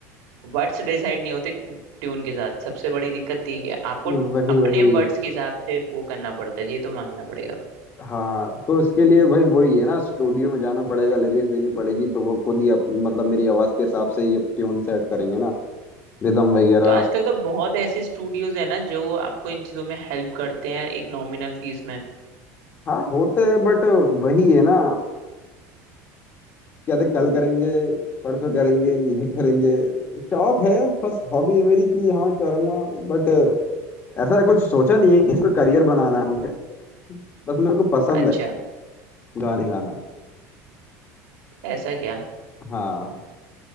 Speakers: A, on the right; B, on the left.
A: वर्ड्स डिसाइड नहीं होते ट्यून के साथ सबसे बड़ी दिक्कत यही है आपको
B: वही
A: अपने
B: वही
A: वर्ड्स के हिसाब से वो करना पड़ता है ये तो मानना पड़ेगा
B: हाँ तो इसके लिए भाई वही है ना स्टूडियो में जाना पड़ेगा लिरिक्स देनी पड़ेगी तो वो खुद ही अप, मतलब मेरी आवाज के हिसाब से ये ट्यून सेट करेंगे ना रिदम वगैरह
A: तो आजकल तो बहुत ऐसे स्टूडियोज है ना जो आपको इन चीजों में हेल्प करते हैं एक नॉमिनल फीस में
B: हाँ होते हैं बट वही है ना क्या थे कल करेंगे परसों करेंगे ये करेंगे शौक है बस हॉबी है मेरी कि हाँ करूंगा बट ऐसा कुछ सोचा नहीं है कि इसमें करियर बनाना है मुझे बस मेरे को पसंद
A: अच्छा
B: है गाने गाना
A: ऐसा क्या
B: हाँ